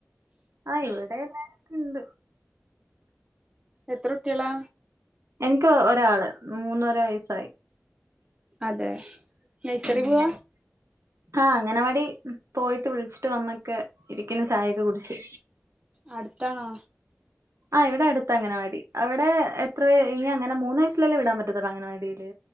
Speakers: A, on the right; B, on the right.
A: ആഹ് ഇവിടെ എല്ലാര്ക്ക്ണ്ട്
B: എത്ര കുട്ടികളാ?
A: എനിക്ക് ഒരാള് മൂന്നര വയസ്സായി.
B: അതെ നേഴ്സറി
A: ഉം
B: പോവാ?
A: ആഹ് അംഗനവാടി പോയിട്ട് വിളിച്ചിട്ട് വന്നൊക്കെ. ഇരിക്കുന്നു ചായൊക്കെ കുടിച്ച്
B: അടുത്താണോ?
A: ആഹ് ഇവിടെ അടുത്ത അംഗനവാടി. ആഹ് അവിടെ എത്ര ഇനി അങ്ങനെ മൂന്ന് വയസ്സിലല്ലേ വിടാൻ പറ്റത്തുള്ളൂ. അംഗനവാടിയില്.